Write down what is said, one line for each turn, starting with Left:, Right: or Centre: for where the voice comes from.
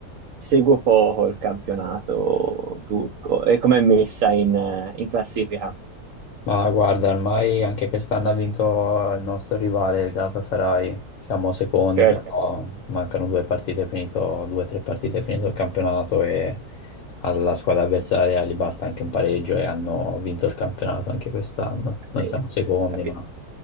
Right: seguo poco il campionato turco e com'è messa in, eh, in classifica.
Left: Ma guarda, ormai anche quest'anno ha vinto il nostro rivale, il Galatasaray. Siamo secondi,
Right: Certo,
Left: però mancano due partite, è finito, due o tre partite, è finito il campionato e alla squadra avversaria gli basta anche un pareggio e hanno vinto il campionato anche quest'anno.
Right: capito,
Left: Noi siamo secondi,
Right: capito.
Left: ma